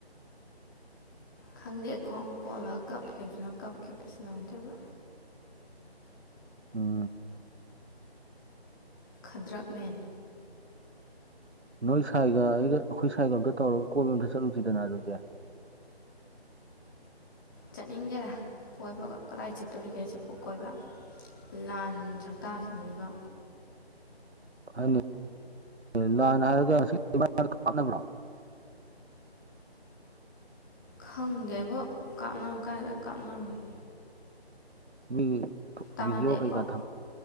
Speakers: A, on the left; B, on the right.
A: ꯈꯪꯗꯦ ꯈꯣꯡ ꯀꯣꯜꯂ ꯀꯞꯈꯤꯕꯁꯤꯅ ꯀꯞꯈꯤꯕꯁꯤꯅ ꯑꯃꯨꯛꯇꫭꯏꯕ
B: ꯎꯝ
A: ꯈꯗ꯭ꯔꯛ ꯃꯦꯟ
B: ꯅꯣꯏ ꯁ꯭ꯥꯏꯒ ꯑꯩꯒ ꯑꯩꯈꯣꯏ ꯁ꯭ꯥꯏꯒ ꯑꯝꯇ ꯇꯧꯔꯒ ꯀꯣꯏꯕ ꯑꯝꯇ ꯆꯠꯂꯨꯖꯤꯗꯅ ꯑꯗꯨꯗꯤ
A: ꯆꯠꯅꯤꯡꯗꯦꯗ ꯀꯣꯏꯕꯒ ꯀꯗꯥꯏ ꯆꯠꯇꯣꯔꯤꯒꯦ ꯆꯠꯄ ꯀꯣꯏꯕ ꯂꯥꯟ ꯁꯛꯇꯇꯥꯁꯤꯡꯁꯤꯒ
B: ꯍꯥꯏꯃꯤ ꯅꯤ ꯂꯥꯟ ꯍꯥꯏꯔꯒ ꯀꯥꯞꯅꯕ꯭ꯔꯣ <inaudible> <unintelligible>
A: ꯈꯪꯗꯦꯕꯣ ꯀꯥꯞꯅ ꯀꯥꯏꯗ ꯀꯥꯞꯅꯕꯅꯦ
B: ꯃꯤꯒꯤ
A: ꯇꯥꯗꯦ
B: ꯚꯤꯗꯤꯑꯣ ꯀꯩꯀꯥ
A: ꯄꯥꯎ
B: ꯊꯪ